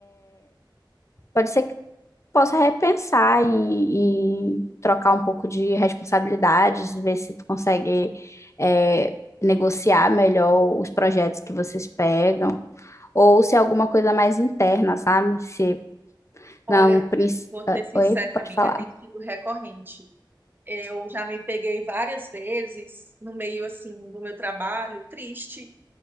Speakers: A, on the left (about 35°); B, on the right (about 25°).
A: pode ser possa repensar e, e trocar um pouco de responsabilidades, ver se tu consegue é, negociar melhor os projetos que vocês pegam, ou se é alguma coisa mais interna, sabe? Se
B: Olha,
A: não, princ-
B: eu vou
A: ah,
B: ser sincera,
A: oi, pode
B: amiga,
A: falar.
B: tem sido recorrente. Eu já me peguei várias vezes no meio, assim, do meu trabalho, triste